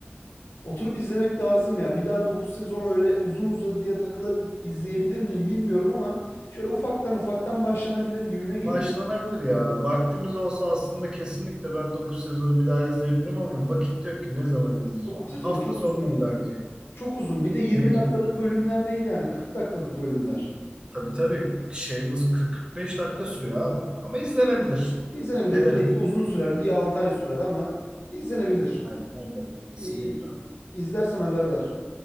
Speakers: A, on the left; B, on the right.
A: Oturup izlemek lazım ya. Bir daha 9 sezon öyle uzun uzadı diye takıla izleyebilir miyim bilmiyorum ama şöyle ufaktan ufaktan başlanabilir gibime geliyor.
B: Başlanabilir ya. Vaktimiz olsa aslında kesinlikle ben 9 sezonu bir daha izleyebilirim ama vakit yok ki ne zaman izleyeceğim.
A: Dokuz sezon
B: Hafta
A: çok
B: sonları
A: uzun ya.
B: belki.
A: Çok uzun. Bir de 20
B: Bir iki
A: dakikalık
B: bölüm.
A: bölümler değil yani 40 dakikalık bölümler.
B: Tabii tabii şeyimiz 40-45 dakika sürüyor abi. Ama izlenebilir.
A: İzlenebilir.
B: Deneriz.
A: Belki uzun sürer. Bir 6 ay sürer ama izlenebilir.
B: Aynen öyle. Kesinlikle.
A: İyi, izlersen haber ver.